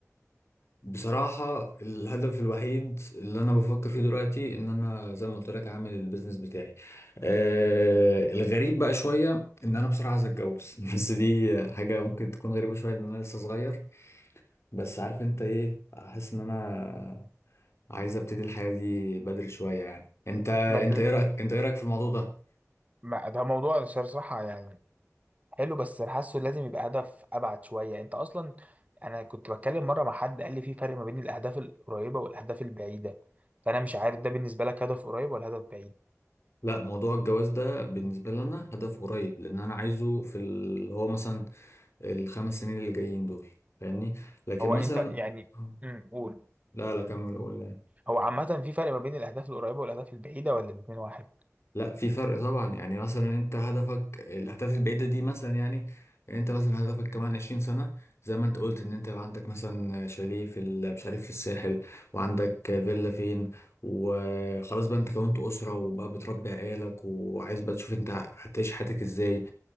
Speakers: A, on the left; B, on the right.
A: بصراحة الهدف الوحيد اللي أنا بفكر فيه دلوقتي إن أنا زي ما قلت لك عامل البيزنس بتاعي. آه الغريب بقى شوية إن أنا بصراحة عايز أتجوز <laughs> بس دي حاجة ممكن تكون غريبة شوية لأن أنا لسه صغير بس عارف أنت إيه أحس إن أنا عايز أبتدي الحياة دي بدري شوية يعني. أنت
B: بس
A: أنت إيه رأيك أنت إيه رأيك في الموضوع ده؟
B: ما- ده موضوع صراحة يعني حلو بس أنا حاسه لازم يبقى هدف ابعد شويه انت اصلا انا كنت بتكلم مره مع حد قال لي في فرق ما بين الاهداف القريبه والاهداف البعيده فانا مش عارف ده بالنسبه لك هدف قريب ولا هدف بعيد
A: لا موضوع الجواز ده بالنسبة لي أنا هدف قريب لأن أنا عايزه في اللي هو مثلا الخمس سنين اللي جايين دول فاهمني؟ لكن
B: هو
A: مثلا
B: انت يعني
A: آه.
B: امم قول
A: لا لا كمل قول لي.
B: هو عامه في فرق ما بين الاهداف القريبه والاهداف البعيده ولا الاتنين واحد
A: لا في فرق طبعا يعني مثلا انت هدفك الاهداف البعيده دي مثلا يعني انت مثلا هدفك كمان 20 سنه زي ما انت قلت ان انت يبقى عندك مثلا شاليه في ال- مش عارف في الساحل وعندك فيلا فين وخلاص بقى انت كونت اسره وبقى بتربي عيالك وعايز بقى تشوف انت هتعيش حياتك ازاي